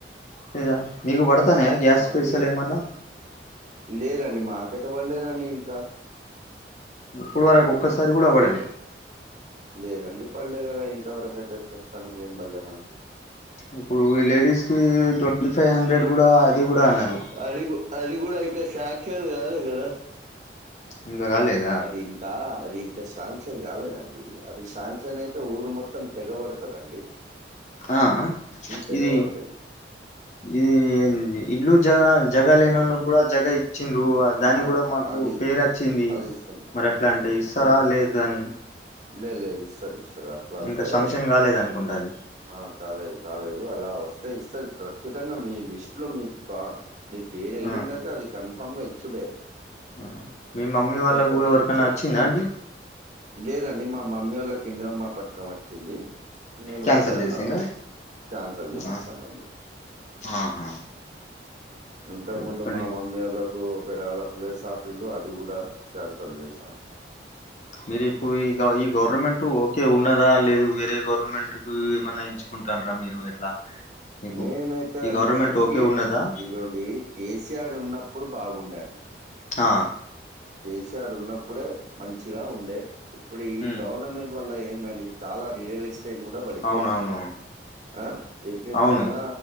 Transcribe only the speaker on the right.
ఏమో
అండి.
లేదండి మాకైతే పడలేదండి ఇంకా
మాకు
లేదండి పడలేదు కదా ఇంతవరకు అయితే ప్రస్తుతానికి ఏం పడలేదు మనకి
అది అది కూడా అయితే శాంక్షన్ కాలే కదా
అది కా అది ఇంకా శాంక్షన్ కాలేదండి అది శాంక్షన్ అయితే ఊరు మొత్తం తెగబడుతరండి
తెగబడతది.
ఆ!
అది
అది ఇస్తుం
ఇస్తుండ్రు.
లేదు లేదు ఇస్తారు ఇస్తారు అట్లా వస్తే
ఆ కాలేదు కాలేదు అలా వస్తే ఇస్తది ఖచ్చితంగా మీ లిస్ట్ లో మీకు కా మీ పేరు వెళ్లినాక
అది కన్ఫామ్ గా ఇచ్చుడే అది
హండ్రెడ్
పర్సెంట్
ఇచ్చరు
లేదు అండి మాక్ మమ్మీ వాళ్ళకి ఇంద్రమ్మ పథకం వచ్చింది నేను
వద్దన్నాను
కాన్సిల్ చేపిచానండి
ఇంతకుముందు
మా
మమ్మీ వాళ్ళకు ఒకవేళ ప్లేస్ ఆపిల్లు అది కూడా కాన్సల్ చేశాము
నేనైతే
అనుకుంటకిి
ఇగొండి కేసీఆర్ ఉన్నప్పుడు బాగుండే
కేసీఆర్ ఉన్నప్పుడే మంచిగా ఉండే ఇప్పుడు ఈ
గవర్నమెంట్ వల్ల ఎందండీ చాలా రియలిస్ స్టేట్ కూడా పడిపోయింది
ఆ విపరీతమైన